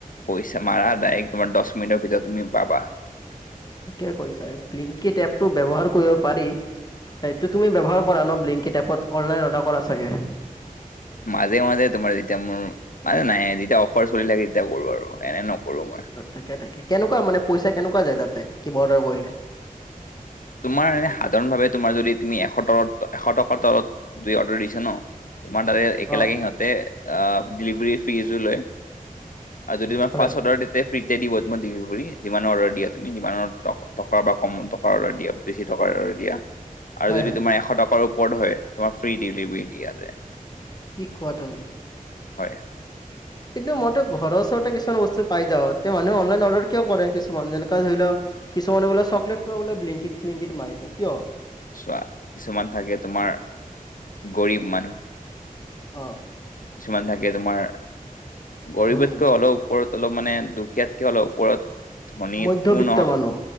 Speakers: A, on the left; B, on the left.
A: পইচা মাৰা, ডাইৰেক্ট তোমাৰ দচ মিনিটৰ ভিতৰত তুমি পাবা।
B: থিকে কৈছা। এপ ব্লিংকিড এপটো ব্যৱহাৰ কৰিব পাৰি! এইটো তুমি ব্যৱহাৰ কৰা ন, ব্লিংকিড এপত অনলাইন অৰ্ডাৰ কৰা চাগে?
A: মাজে মাজে তোমাৰ যেতিয়া মোৰ, মানে নাই যেতিয়া অফাৰ চলি থাকে, তেতিয়া কৰো আৰু এনে নকৰো মই।
B: তাকে থাকে, কেনেকুৱা মানে পইচা কেনেকুৱা যায় তাতে, কিবা অৰ্ডাৰ কৰিলে?
A: তোমাৰ এ সাধাৰণভাৱে, তোমাৰ যদি তুমি এশ তলত, এশ টকাৰ তলত যই অৰ্ডাৰ দিছা ন! তোমাৰ দাৰে একেলগে
B: অ',
A: সিহঁতে ডেলিভাৰী ফিজো লয়। আৰু যদি মই
B: হয়,
A: ফাৰ্ষ্ট অৰ্ডাৰ দি ফ্ৰীতে দিব তুমাৰ ডেলিভাৰী, যিমানৰ অৰ্ডাৰ দিয়া, তমিমান ট টকা বা কম টকাৰ অৰ্ডাৰ দিয় দিয়া বেছি টকাৰ দিয়া আৰু
B: হয়,
A: যদি
B: হয়,
A: তোমাৰ এশ টকাৰ ওপৰত হয়, তোমাৰ ফ্ৰী ডেলিভাৰী দিয়া যায়।
B: কি খোৱা তুমি?
A: হয়।
B: কিন্তু মইতো ঘৰৰ ওচৰতে কিছুমান বস্তু পাই যাওঁ। তেওঁ মানুহে অনলাইন অৰ্ডাৰ কিয় কৰে? কিছুমান যেনেকা ধৰি লও কিছুমানে বোলে চকলেটো বোলে ব্লিংকিট-চিলিংকিট মাৰিল লয় কিয়?
A: চোৱা কিছুমান থাকে তোমাৰ গৰীব মানুহ,
B: অ,
A: কিছুমান থাকে তোমাৰ গৰীবতকৈ
B: ধনী
A: অলপ ওপৰত অলপ মানে দুখীয়াতকে অলপ ওপৰত, ধনী
B: মধ্যবিত্ত
A: কোন নহয়,
B: মানুহ